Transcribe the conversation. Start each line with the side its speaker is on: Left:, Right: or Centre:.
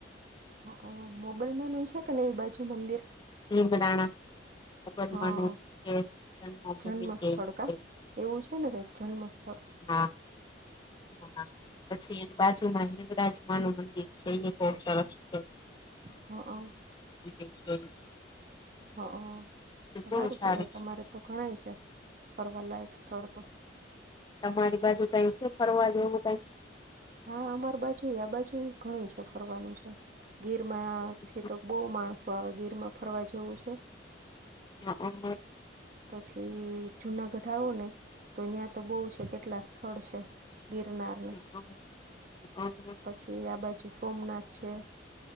Right: હ અહ મોગલમાનું છે પેલા એ બાજુ મંદિર.
Left: લીમરાણા <unintelligible>
Right: હા જન્મ સ્થળ કા એવું છે ને કાઈક જન્મ સ્થળ.
Left: હા હા, પછી એની બાજુમાં હિગળાજમા નું મંદિર છે એ બોવ સરસ. છે.
Right: હા
Left: <unintelligible>
Right: હ અહ
Left: એ
Right: તો
Left: બહુ
Right: સારું કેહેવાય તમારે
Left: છે.
Right: તો ઘણાય છે ફરવાલાયક સ્થળ તો.
Left: તમારી બાજુ કઈ છે ફરવા જેવું કઈ?
Right: હા, અમારી બાજુ આ બાજુ ઘણુ છે ફરવાનું છે ગીર માંથી
Left: કઈ?
Right: તો બહુ માણસો આવે ગીરમાં ફરવા જેવું છે.
Left: <unintelligible>
Right: પછી જુનાગઢ આવો ને તો તયાં તો બહુ છે કેટલા સ થળ છે ગિરનાર
Left: <inaudible>
Right: છે આ બાજુ સોમનાથ છે.